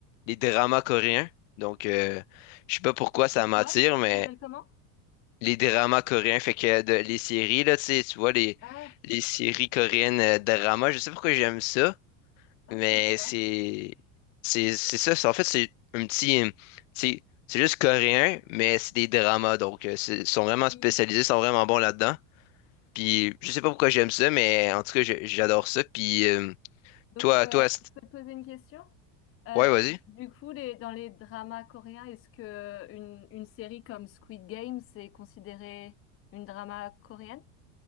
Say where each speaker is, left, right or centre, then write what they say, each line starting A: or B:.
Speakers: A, on the left; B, on the left.
A: les dramas coréens. Donc, euh, je sais pas pourquoi ça
B: Et quoi?
A: m'attire,
B: Ça
A: mais
B: s'appelle comment?
A: les dramas coréens, fait que de- les séries, là, tu sais, tu vois, les,
B: Ah,
A: les séries coréennes euh, dramas, je sais pas pourquoi j'aime ça,
B: ah,
A: mais
B: je connais pas.
A: c'est, c'est, c'est ça, c'est- en fait, c'est un petit, euh, c'est c'est juste coréen, mais c'est des dramas, donc euh, c'est- ils sont vraiment
B: Oui.
A: spécialisés, ils sont vraiment bons là-dedans, puis je sais pas pourquoi j'aime ça, mais en tout cas, je- j'adore ça, puis euh,
B: Donc,
A: toi,
B: euh,
A: toi, c'est-
B: je peux te poser une question? Euh,
A: ouais, vas-y.
B: du coup, les, dans les dramas coréens, est-ce que une, une série comme Squid Game, c'est considéré une drama coréenne?